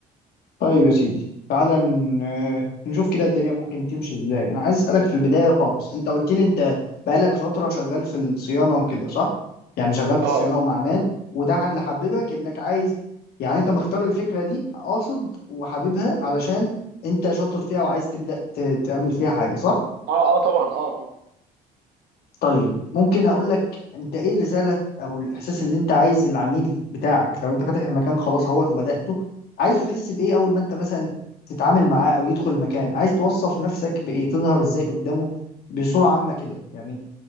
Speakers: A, on the left; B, on the right.
A: طيب يا سيدي تعالى ن- آه، نشوف كده الدنيا ممكن تمشي ازاي انا عايز اسالك في البدايه خالص انت قلت لي انت بقالك فتره شغال في الصيانه وكده صح يعني شغال في
B: اه
A: الصيانه ومع ناس وده اللي حببك انك عايز يعني انت مختار الفكره دي اقصد وحاببها علشان انت شاطر فيها وعايز تبدا ت- تعمل فيها حاجه صح
B: اه اه طبعا اه اه
A: طيب ممكن اقول لك انت ايه الرساله او الاحساس اللي انت عايز العميل بتاعك لو انت فاتح المكان خلاص اهوت وبداته عايزه يحس بايه اول ما انت مثلا تتعامل معاه او يدخل المكان عايز توصف نفسك بايه تظهر ازاي قدامه بصوره عامه كده يعني